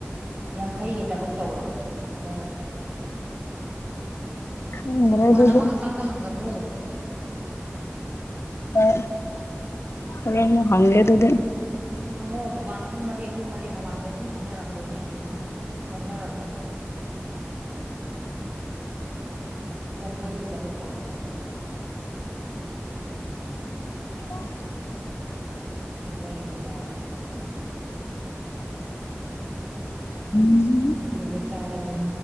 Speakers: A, on the right (about 30°); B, on the left (about 70°).
A: ꯌꯥꯡꯈꯩꯒꯤ ꯇꯔꯨꯛ ꯇꯧꯔꯕꯅꯦ ꯍꯣꯡꯊꯔꯕꯅꯤ
B: ꯈꯪꯗ꯭ꯔꯦ
A: ꯗꯨꯀꯥꯟ
B: ꯑꯗꯨꯗꯤ
A: ꯑꯃꯈꯛꯇꯪꯗ ꯍꯪꯒꯅꯨ
B: ꯑ ꯍ ꯍꯪꯦ ꯑꯗꯨꯗꯤ
A: ꯍꯪꯉꯣ ꯗꯨꯀꯥꯟ ꯑꯍꯨꯝ ꯃꯔꯤ ꯑꯍꯨꯝ ꯃꯔꯤ ꯃꯃꯥꯡꯗ ꯑꯗꯨꯝ ꯈꯦꯠꯅꯔꯝꯗꯣꯏꯅꯦ ꯑꯗꯨꯝ ꯍꯪꯉꯣ ꯍꯣꯡꯊꯔꯕꯅꯤ ꯌꯥꯡꯈꯩꯒꯤ ꯇꯔꯨꯛ ꯇꯧꯔꯕꯅꯤꯅ
B: ꯑ
A: ꯍꯗꯩ ꯂꯩ ꯔꯖꯥꯔ
B: ꯎꯝ
A: ꯑꯩꯈꯣꯏꯗꯤ ꯍꯣꯔꯦꯟ ꯆꯥꯔꯅꯤ